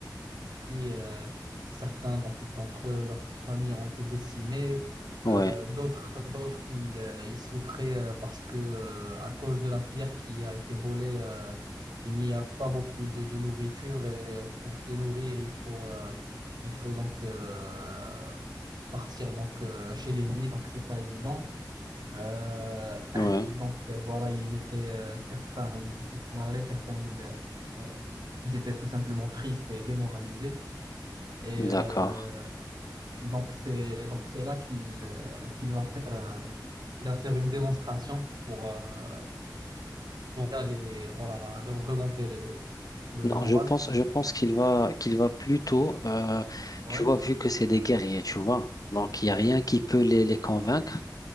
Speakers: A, on the right; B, on the left.
A: Parmi euh, certains donc, d'entre eux, leurs familles ont été décimées.
B: Ouais.
A: Euh, d'autres, d'autres, ils, euh, ils souffraient euh, parce que euh, à cause de la pierre qui a été volée, euh, il n'y a pas beaucoup de, de nourriture et euh, pour se nourrir, il faut, euh, il faut donc euh, partir donc euh, chez l'ennemi. Donc c'est pas évident. Euh, <clears throat>
B: Ouais.
A: donc euh, voilà, ils étaient euh, certains, ils étaient mal à l'aise, certains, ils, euh, ils étaient tout simplement tristes et démoralisés. Et
B: D'accord.
A: euh, donc c'est donc c'est là qu'il euh, qu'il va faire un- il va faire une démonstration pour euh, pour aller voilà leur remonter le, le,
B: Non,
A: le moral.
B: je pense, je pense qu'il va, qu'il va plutôt, euh,
A: Ouais.
B: tu vois, vu que c'est des guerriers, tu vois. Donc, il n'y a rien qui peut les, les convaincre.